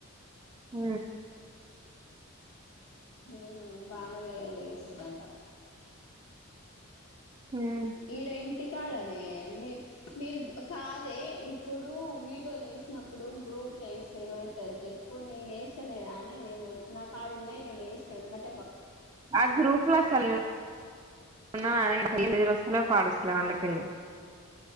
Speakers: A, on the right; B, on the left.
A: హ
B: ఉమ్ బాగానే ఏసినరంటా
A: ఉమ్.
B: ఈడైన్ ఇంటి కడ నే మీ మీరు కాదే ఇప్పుడు వీడియోలు తీసినప్పుడు గ్రూప్లు వేస్తే ఏమైతు చెప్పు నేను వేస్తానే రానే నేను నాకాడున్నాయ్ నేను వేసినట్
A: ఆ గ్రూప్లో అసలు నేను ఉన్న నే నేను హలో పాడశల వాళకిళ్ళి